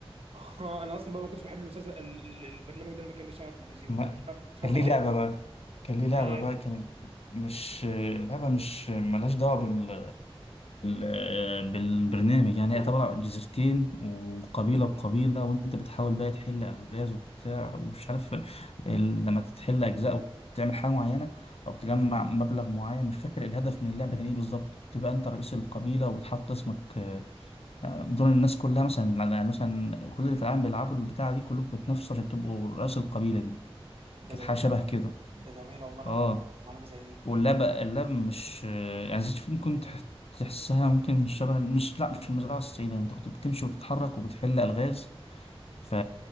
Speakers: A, on the right; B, on the left.
A: <laughs> اه انا اصلا بقى ما كنتش بحب المسلسل ال- ال- البرنامج ده لما كان بيشتغل على التلفزيون
B: ما-
A: فمش عارف بصراحه
B: كان ليه
A: العبها
B: لعبة بقى كان ليه لعبة
A: انا عارف
B: بقى كانت مش لعبة مش ملهاش دعوة بال... آه، بالبرنامج يعني هي عبارة عن جزيرتين وقبيلة وقبيلة وانت بتحاول بقى تحل ألغاز وبتاع ومش عارف ال... لما تحل أجزاء أو تعمل حاجة معينة أو تجمع مبلغ معين مش فاكر الهدف من اللعبة كان إيه بالظبط تبقى أنت رئيس القبيلة وتحط اسمك آه، دول الناس كلها مثلا يعني مثلا كل اللي في العالم بيلعبوا البتاعة دي كلكم بتنافسوا عشان تبقوا رئيس القبيلة دي كانت
A: ده جميله
B: حاجة شبه كده
A: ده جميله والله انا
B: اه
A: اول مره أعرف معلومه زي دي
B: واللاب اللاب مش يعني زيت الفيل ممكن تح- تحسها ممكن شبه مش لا مش المزرعة السعيدة انت كنت بتمشي وبتتحرك وبتحل ألغاز ف